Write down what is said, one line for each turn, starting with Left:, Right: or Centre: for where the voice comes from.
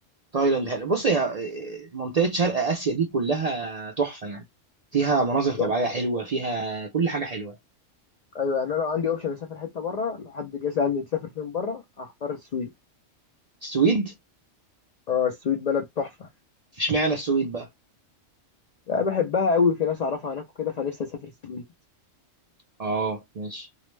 Right: تايلاند حلو. بص هي آه، منطقه شرق اسيا دي كلها تحفه يعني فيها مناظر
Left: يعني
Right: طبيعيه حلوه فيها كل حاجه حلوه
Left: ايوه يعني انا لو عندي اوبشن اسافر حته بره لو حد جه سالني تسافر فين بره هختار السويد
Right: السويد
Left: اه السويد بلد تحفه
Right: اشمعنى السويد بقى
Left: انا بحبها قوي في ناس اعرفها هناك وكده فنفسي اسافر السويد
Right: اه ماشي